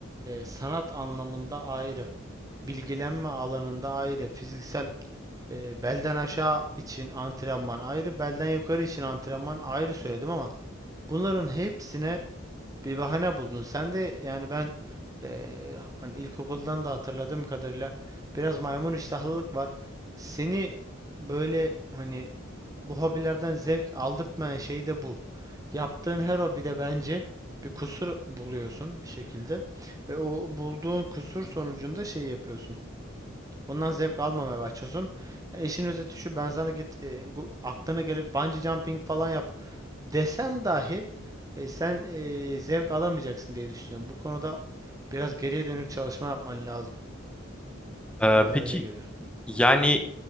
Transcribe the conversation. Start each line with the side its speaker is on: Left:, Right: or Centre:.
Right: e, sanat anlamında ayrı. Bilgilenme alanında ayrı. Fiziksel E, belden aşağı için antrenman ayrı, belden yukarı için antrenman ayrı söyledim ama bunların hepsine bir bahane buldun. Sen de yani ben e, hani ilkokuldan da hatırladığım kadarıyla biraz maymun iştahlılık var. Seni böyle hani bu hobilerden zevk aldırtmayan şey de bu. Yaptığın her hobide bence bir kusur buluyorsun bir şekilde ve o bulduğun kusur sonucunda şey yapıyorsun. Ondan zevk almamaya başlıyorsun. Yani işin özeti şu ben sana git e, aklına gelip bungee jumping falan yap desem dahi e, sen e, zevk alamayacaksın diye düşünüyorum. Bu konuda biraz geriye dönük çalışma yapman lazım.
Centre: Ee,
Right: Ya bana
Centre: peki
Right: öyle geliyor.
Centre: Yani